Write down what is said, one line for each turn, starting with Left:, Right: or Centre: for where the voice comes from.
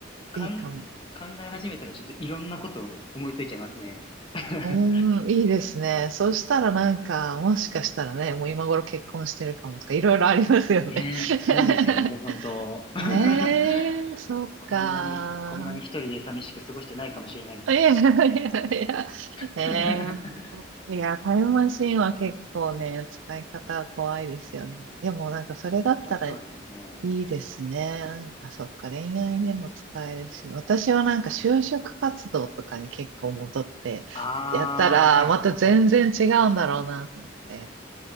Left: かん、
Right: いいかも。
Left: 考え始めたらちょっといろんなことを思いついちゃいますね。<laughs>
Right: うーん、いいですね。そうしたらなんか、もしかしたらね、もう今頃結婚してるかもとか、いろいろありますよね。
Left: ねえ、
Right: <laughs>
Left: そうですよ、本当。<laughs>
Right: ええそっか。
Left: こんなに、こんなに一人で寂しく過ごしてないかもしれないです。
Right: いやいやいや、え
Left: <laughs>
Right: えいや、タイムマシンは結構ね、使い方は怖いですよね。でもなんかそれだったら、
Left: いや、そうですよ
Right: いいですね。
Left: ね。
Right: なんかそっか、恋愛にも使えるし、私はなんか就職活動とかに結構戻ってやったら、
Left: ああ、はい、
Right: また全然違うんだろうなと思って。
Left: はい、はい。